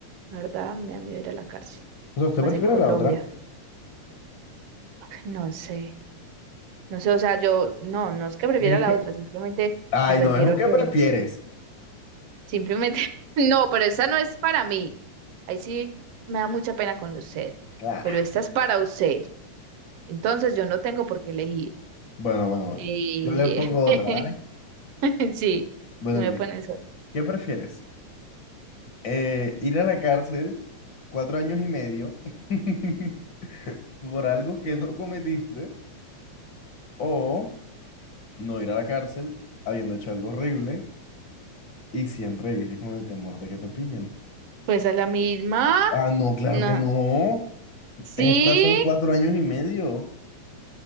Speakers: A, on the right; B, on the left.
A: La verdad, me da miedo ir a la cárcel.
B: O sea, ¿usted
A: Más
B: prefiere
A: en Colombia.
B: la otra?
A: <laughs> No sé. No sé, o sea, yo, no, no es que prefiera
B: Porque es
A: la
B: que-
A: otra, simplemente
B: Ay,
A: me refiero
B: no, es un
A: a
B: qué
A: que,
B: prefieres.
A: simplemente, <laughs> no, pero esta no es para mí. Ahí sí me da mucha pena con usted,
B: Ah.
A: pero esta es para usted. Entonces yo no tengo por qué elegir.
B: Bueno, bueno, bueno.
A: Eh,
B: Yo le pongo otra,
A: <laughs>
B: ¿vale?
A: sí,
B: Bueno,
A: tú me
B: mire,
A: pones otra.
B: ¿qué prefieres? Eh, ir a la cárcel cuatro años y medio <laughs> por algo que no cometiste o no ir a la cárcel habiendo hecho algo horrible y siempre vivir con el temor de que te pillen.
A: Pues a la misma.
B: Ah, no, claro
A: No.
B: que no.
A: Sí.
B: Estas son cuatro años y medio.